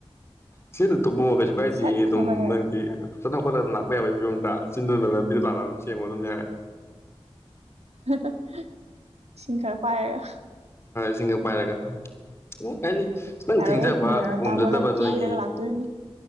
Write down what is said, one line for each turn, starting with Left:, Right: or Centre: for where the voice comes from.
Left: ꯊꯦꯡꯅ ꯇꯨꯝꯃꯣ ꯀꯩꯁꯨ ꯀꯥꯏꯗꯤꯑꯦ
Right: ꯁꯠ
Left: ꯑꯗꯨꯝ
Right: ꯍꯧꯒꯠꯂꯒ
Left: ꯅꯪꯗꯤ ꯐꯠ ꯍꯧꯒꯠꯂꯒ ꯑꯗꯨꯝ ꯂꯥꯛꯄ ꯌꯥꯕꯒꯤ ꯐꯤꯕꯝꯗ ꯆꯤꯟꯗꯨꯅ ꯂꯝꯕꯤꯗ ꯂꯥꯛꯂꯒ ꯑꯗꯨꯝ ꯁꯦꯡꯉꯣ ꯑꯗꯨꯝ ꯌꯥꯔꯦ
Right: ꯍꯥ ꯍꯥ ꯏꯁꯤꯡ ꯈꯔ ꯄꯥꯏꯔꯒ
Left: ꯏꯁꯤꯡꯒ ꯄꯥꯏꯔꯒ ꯑꯩꯗꯤ ꯈꯤꯇꯡ
Right: ꯌꯥꯔꯣꯏꯍꯦ
Left: ꯊꯦꯡꯖꯕ
Right: ꯃꯤ ꯉꯟꯇꯥ
Left: ꯉꯝꯖꯗꯕ
Right: ꯍꯧꯒꯠꯂꯒ ꯀꯦꯔꯒ
Left: ꯅꯣꯏꯒꯤ
Right: ꯂꯥꯛꯇꯣꯏꯅꯤ